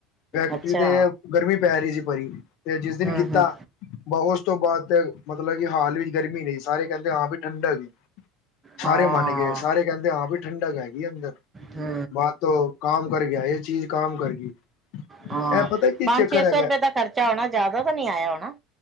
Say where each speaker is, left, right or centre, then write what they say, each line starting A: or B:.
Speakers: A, on the left; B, on the right.
A: ਫੈਕਟਰੀ
B: ਅੱਛਾ
A: ਤੇ ਗਰਮੀ ਪੈ ਰਹੀ ਸੀ ਬੜੀ ਤੇ ਜਿਸ ਦਿਨ
B: ਹੂੰ
A: ਕੀਤਾ
B: ਹੂੰ
A: ਉਸ ਤੋਂ ਬਾਅਦ ਤੇ ਮਤਲਬ ਕਿ ਹਾਲ ਵਿੱਚ ਗਰਮੀ ਨਹੀਂ ਸਾਰੇ ਕਹਿੰਦੇ ਹਾਂ ਵੀ ਠੰਡਕ ਸਾਰੇ
B: ਹਾਂ
A: ਮੰਨ ਗਏ ਸਾਰੇ ਕਹਿੰਦੇ ਹਾਂ ਵੀ ਠੰਡਕ ਏ। ਅੰਦਰ
B: ਹੂੰ
A: ਬਾ ਤੋਂ ਕਾਮ ਕਰ ਗਿਆ ਇਹ ਚੀਜ਼ ਕਾਮ ਕਰ ਗਈ।
B: ਹਾਂ
A: ਇਹ ਪਤਾ ਕੀ
B: ਪੰਜ
A: ਚੱਕਰ
B: ਛੇ
A: ਹੈਗਾ
B: ਸੌ ਰੁਪਏ ਦਾ ਖਰਚਾ ਹੋਣਾ ਜ਼ਿਆਦਾ ਤਾਂ ਨਹੀਂ ਆਇਆ ਹੋਣਾ।